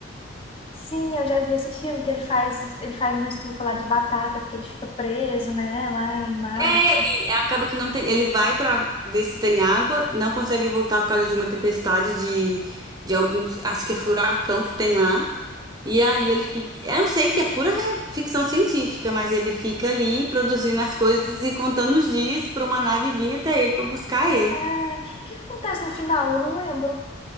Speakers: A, on the left; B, on the right.
A: Sim, eu já vi esse filme que ele faz, ele faz uma estufa lá de batata, porque ele fica preso, né, lá em Marte.
B: É, ele é, acaba que não tem. Ele vai pra ver se tem água, não consegue voltar por causa de uma tempestade de, de alguns. Acho que é furacão que tem lá. E aí ele fica. Eu sei que é pura re- ficção científica, mas ele fica ali produzindo as coisas e contando os dias pra uma nave vir até ele pra buscar ele.
A: Ah, o que que acontece no final? Eu não lembro.